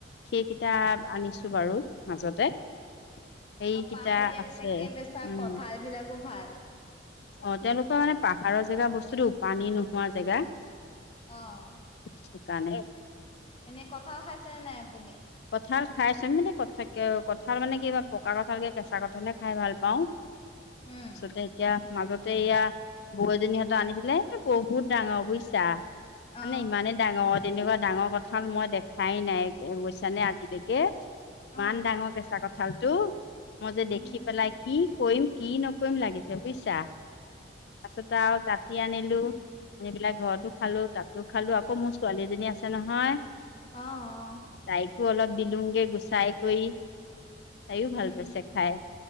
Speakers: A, on the left; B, on the left.
A: সেইকেইটা আনিছোঁ বাৰু মাজতে। সেইকেইটা
B: পাহাৰীয়াবিলাকে
A: আছে
B: বেচা
A: উম
B: কঁঠালবিলাকো ভাল।
A: অ' তেওঁলোকৰ মানে পাহাৰৰ জেগা বস্তুটো পানী নোহোৱা জেগা
B: অ'।
A: সেই কাৰণে।
B: এনে কঠাল খাইছে নে নাই আপুনি?
A: কঁঠাল খাইচোন মানে কঁঠাকে কঁঠাল মানে কি পকা কঁঠালকে কেঁচা কঁঠালহে খাই ভাল পাওঁ।
B: উম
A: পিছতে এতিয়া মাজতে এয়া বৌ এজনীহঁতে আনিছিলে বহুত ডাঙৰ বুইছা
B: অ
A: মানে ইমানে ডাঙৰ তেনেকুৱা ডাঙৰ কঁঠাল মই দেখাই নাই বুজিছানে আজিলৈকে। ইমান
B: অ
A: ডাঙৰ কেঁচা কঁঠালটো। মই যে
B: উম
A: দেখি পেলাই কি কৰিম কি নকৰিম লাগিছে বুজিছা। পাছত আৰু কাট টি আনিলোঁ আনি পেলাই ঘৰতো খালোঁ, তাতো খালোঁ আকৌ মোৰ ছোৱালীজনী আছে নহয়
B: অ', অ'।
A: তাইকো অলপ দিলোংগে গুচাই কৰি, তাইও
B: উম
A: ভাল ছে খাই।